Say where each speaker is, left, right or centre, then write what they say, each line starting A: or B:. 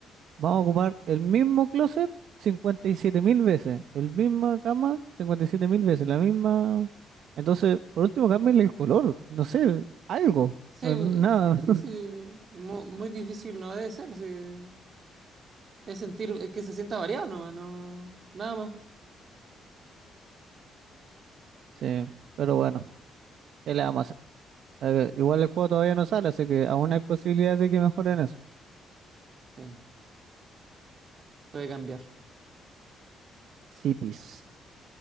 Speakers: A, on the right (about 70°); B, on the right (about 50°).
A: Vamos a ocupar el mismo closet cincuenta y siete mil veces, el misma cama cincuenta y siete mil veces, la misma... Entonces, por último, cámbiale el color, no sé, algo,
B: Sí,
A: eh,
B: eh,
A: nada.
B: sí,
A: <laughs>
B: sí. Mu- Muy, difícil no debe ser. sí. Es sentir, es que se sienta variado nomás, no, nada más.
A: Sí, pero bueno, ¿qué le vamos a hacer? Eh, igual el juego todavía no sale, así que aún hay posibilidades de que mejoren
B: Mm,
A: eso.
B: Sí, puede cambiar.
A: Sí, pis.